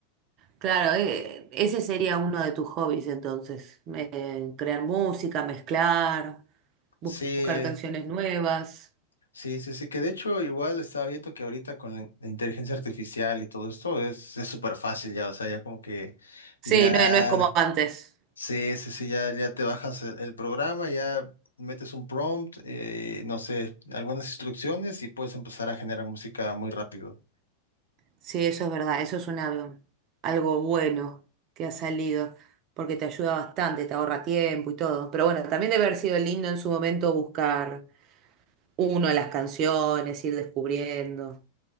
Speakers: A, on the right (about 40°); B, on the left (about 75°).
A: Claro, eh, ese sería uno de tus hobbies entonces. Eh, crear música, mezclar, bus-
B: Sí,
A: buscar canciones nuevas.
B: sí, sí, sí, que de hecho igual estaba viendo que ahorita con la, la inteligencia artificial y todo esto es, es súper fácil ya, o sea, ya como que
A: Sí,
B: ya,
A: no, no es como antes.
B: sí, sí, sí, ya, ya te bajas el, el programa, ya metes un prompt, eh, no sé, algunas instrucciones y puedes empezar a generar música muy rápido.
A: Sí, eso es verdad, eso es una, algo bueno que ha salido, porque te ayuda bastante, te ahorra tiempo y todo. Pero bueno, también debe haber sido lindo en su momento buscar uno a las canciones, ir descubriendo.